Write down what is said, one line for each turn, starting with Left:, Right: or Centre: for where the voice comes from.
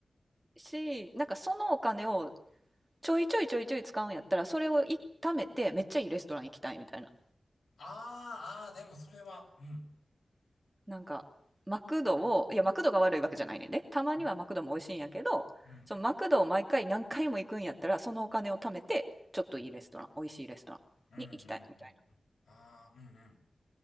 Right: し、なんかそのお金をちょいちょいちょいちょい使うんやったら、それをい貯めてめっちゃいいレストラン行きたいみたいな。
Left: あ、ああ、でもそれは、うん。
Right: なんか、マクドを、いや、マクドが悪いわけじゃないねんで。たまにはマクドも美味しいんやけど、
Left: うん。うん。
Right: そのマクドを毎回何回も行くんやったら、そのお金を貯めて、ちょっといいレストラン、
Left: うん。
Right: 美味しいレストランに行きたいみたいな
Left: うん。うん。ああ、うんうん。